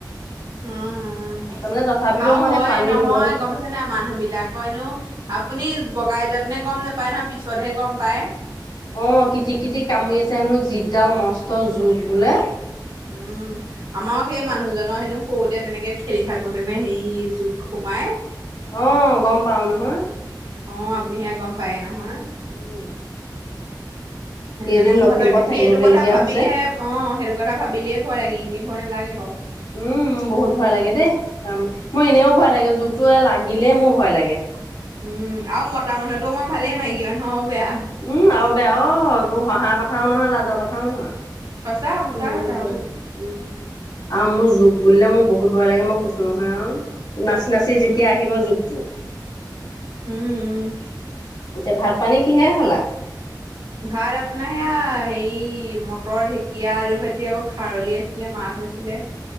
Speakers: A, on the right; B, on the left.
A: উম ওম
B: তাৰমানে তথাপিতো
A: আৰু
B: মই
A: হয়
B: সেই পানী
A: নহয়
B: ৰুবলৈ
A: গমপাই ছে নাই মানুহ বিলাকৰ এনেও আপুনি বগাই যাত নে গম নোপায় নহ পিছতহে গম পায়।
B: অঁ কিটিক কিটিক কামুৰি আছে হেনো জিদডাল মস্ত জোক বোলে।
A: উম। আমাৰ সেই মানুহজনৰ হেনো সৰুতে তেনেকে খেলি থাকোতে নে সেই জোক সোমাই।
B: অঁ গম পাও নহয়।
A: অ আপুনি সেয়া গম পায়ে নহয়।
B: উম,
A: সেইটো
B: কেইদিন
A: কাৰণে মোৰ
B: লখিমপুৰত
A: সদায়,
B: থাকিবগে
A: সেইটো কথা
B: লগীয়া
A: ভাবিলেহে।
B: হৈছে।
A: অঁ সেইটো কথা ভাবিলেই ভয় লাগে, এনেই ভয় নালাগে বাও।
B: উম বহুত ভয় লাগে দেই, মোৰ এনেও ভয় লাগে জোকটোৱে লাগিলে মোৰ ভয় লাগে।
A: উম, আৰু মতা মানুহটো অকণমান ভালে মাইকী মানুহ আও বেয়া।
B: উম আৰু বেয়া অঁ এইবোৰ হঁহাৰ কথাও নহয়, লাজৰ কথাও নহয়।
A: সঁচা সঁচা
B: উ বহুত
A: কথা
B: বইল।
A: উম
B: উম আৰু মোৰ জোক বুলিলে মোৰ বহুত ভয় লাগে মই কৈছো নহয়, আৰু নাচ নাচি
A: উম
B: যেতিয়া আহিব জোক টো
A: হুম উম।
B: এতিয়া ভাত পানী কিহেৰে খালা?
A: ভাত আপোনাৰ সেয়া হেৰি মটৰ ঢেকীয়া আলু ভাজি আকৌ খাৰলি আছিলে মাছ আছিলে।